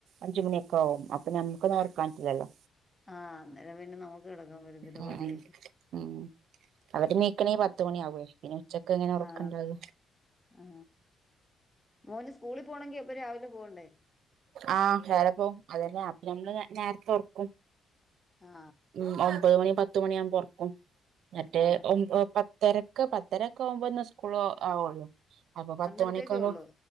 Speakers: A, on the right; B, on the left.
A: അഞ്ച് മണിയൊക്കാവും അപ്പൊ നമുക്ക് ഒന്നും ഒറക്കാൻ പറ്റില്ലല്ലൊ
B: ആഹ് അന്നേരം പിന്നെ നമുക്ക് കെടക്കാൻ പറ്റത്തില്ല
A: ഉം
B: പണിയല്ലെ
A: ഉം അവര് എണീക്കണേ പത്ത്മണി ആവുവേ പിന്നെ ഉച്ചക്ക് എങ്ങനെ ഒറക്കെണ്ടാക
B: ആ ആ മോന് സ്കൂളി പോണെങ്കി അപ്പം രാവിലെ പോവണ്ടേ
A: ആഹ് രാവിലെ പോവും അതന്നെ അപ്പൊ നമ്മള് നെ നേരത്തെ ഒറക്കും
B: ആ
A: ഉം ഒമ്പത് മണി പത്ത് മണിയാവുമ്പൊ ഒറക്കും എന്നിട്ട്
B: ആ ആ
A: ഒമ്പ പ ത്തരക്ക് പത്തരക്ക ആവുമ്പോന്ന് സ്കൂള് ആ ആവുവൊള്ള് അപ്പൊ പത്തുമണിക്കൊക്ക
B: അന്നേരത്തേക്കേ ഉള്ളൂ